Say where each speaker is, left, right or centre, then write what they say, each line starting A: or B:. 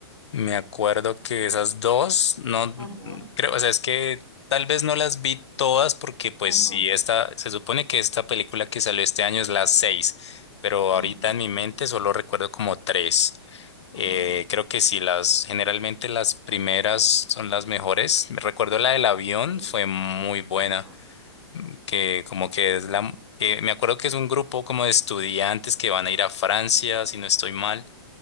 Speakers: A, on the left; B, on the right.
A: Me acuerdo que esas dos, no
B: Ajá,
A: creo, o sea, es que tal vez no las vi todas porque pues
B: ajá,
A: sí, esta, se supone que esta película que salió este año es la seis, pero
B: ajá,
A: ahorita en mi mente solo recuerdo como tres. Eh,
B: ajá.
A: creo que sí, las, generalmente las primeras son las mejores. Recuerdo la del avión,
B: Sí,
A: fue muy buena,
B: ajá.
A: que como que es la, que me acuerdo que es un grupo como de estudiantes que van a ir a Francia, si no estoy mal